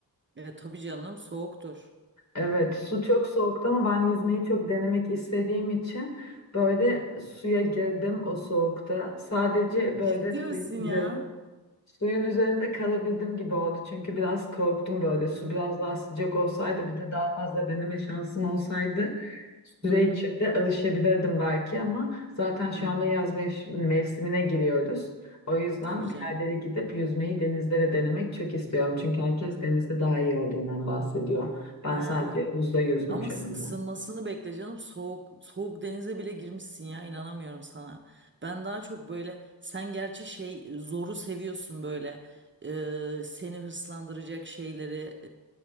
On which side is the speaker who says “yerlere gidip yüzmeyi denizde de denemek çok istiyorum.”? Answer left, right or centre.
Left